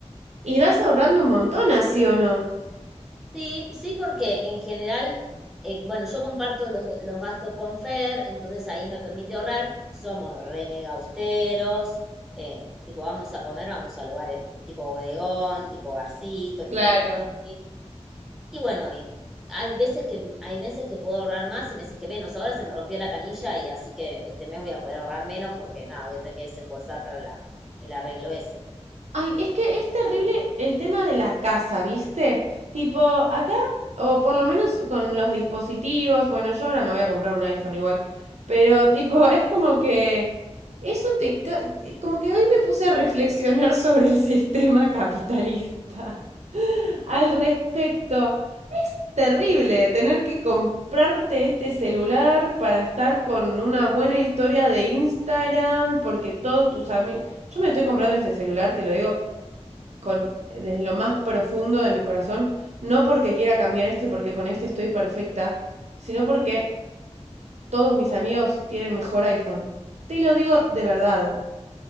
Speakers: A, on the right; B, in the centre.
A: Y vas ahorrando un montón, así o no.
B: Sí, sí, porque en general, eh, bueno, yo comparto los, los gastos con Fer, entonces ahí me permite ahorrar. Somos re mega austeros, eh, tipo vamos a comer, vamos a lugares tipo bodegón, tipo barcito, tipo
A: Claro.
B: tranqui. Y bueno, y hay veces que, hay veces que puedo ahorrar más y meses que menos. Ahora se me rompió la canilla y así que este mes voy a poder ahorrar menos porque nada, voy a tener que desembolsar para la, el arreglo ese.
A: Ay, es que es terrible el tema de la casa, ¿viste? Tipo, acá, o por lo menos con los dispositivos, bueno, yo ahora me voy a comprar un iPhone igual, pero tipo, es como que eso te... ca- eh, Como que hoy me puse a reflexionar <laughs> sobre el sistema capitalista <laughs> al respecto. Es terrible tener que comprarte este celular para estar con una buena historia de Instagram, porque todos tus amigos... Yo me estoy comprando este celular, te lo digo con, eh, desde lo más profundo de mi corazón, no porque quiera cambiar este, porque con este estoy perfecta, sino porque todos mis amigos tienen mejor iPhone. Te lo digo de verdad.